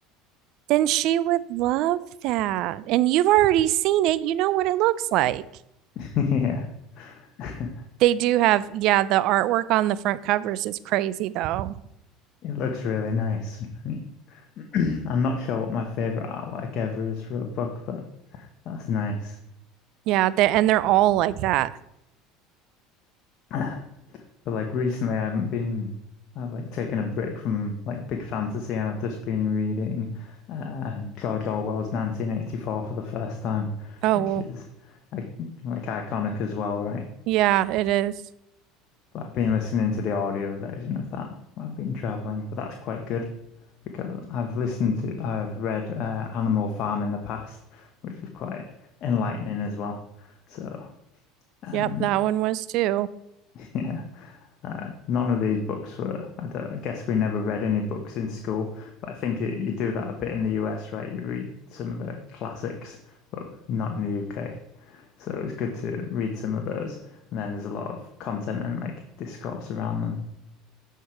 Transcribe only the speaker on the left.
<laughs> Yeah. <laughs>
It looks really nice. <clears throat> I'm not sure what my favorite artwork ever is for a book, but that's nice.
<clears throat> <sighs> But like recently, I haven't been. I've like taken a break from like big fantasy, and I've just been reading uh, George Orwell's 1984 for the first time,
which
is like, like iconic as well, right?
But I've been listening to the audio version of that while I've been traveling, but that's quite good because I've listened to, I've read uh, Animal Farm in the past, which was quite enlightening as well. So, and
<laughs> yeah. Uh, none of these books were, I don't, I guess we never read any books in school, but I think it, you do that a bit in the US, right? You read some of the classics, but not in the UK. So it was good to read some of those. And then there's a lot of content and like discourse around them. <laughs>